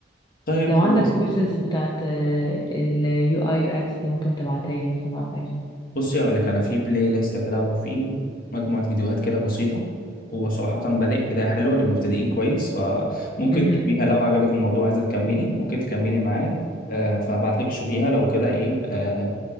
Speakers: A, on the left (about 50°); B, on the left (about 25°).
A: طيب
B: لو
A: خلاص
B: عندك كورسز بتاعت آه، ال UI UX دي ممكن تبعتها لي مثلا أو حاجة
A: بصي هقول لك انا في بلاي ليست كده وفي مجموعه فيديوهات كده بسيطه هو صراحة بادئ بداية حلوة للمبتدئين كويس فممكن
B: مهم.
A: تشوفيها لو عجبك الموضوع عايزة تكملي ممكن تكملي معاه آه، فهبعت لك تشوفيها لو كده ايه آه،